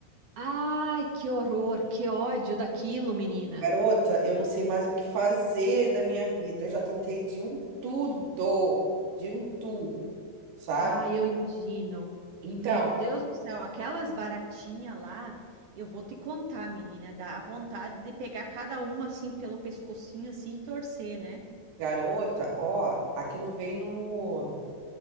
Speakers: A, on the right; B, on the right.
A: Ai, que horror, que ódio daquilo, menina.
B: Garota, eu não sei mais o que fazer da minha vida. Eu já tentei de um tudo, de um tudo, sabe?
A: Ai, eu imagino.
B: Então,
A: Meu Deus do céu, aquelas baratinhas lá, eu vou te contar, menina, dá a vontade de pegar cada uma assim pelo pescocinho assim e torcer, né?
B: garota, ó, aquilo veio no...